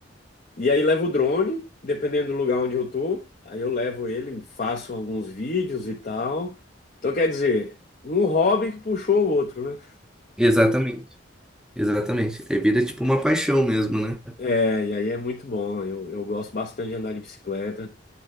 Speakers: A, on the left; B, in the centre.
A: e aí levo o drone, dependendo do lugar onde eu tô, aí eu levo ele, faço alguns vídeos e tal. Então quer dizer, um hobby que puxou o outro, né?
B: Exatamente. Exatamente. É vida tipo uma paixão mesmo, né?
A: É, e aí é muito bom. Eu, eu gosto bastante de andar de bicicleta.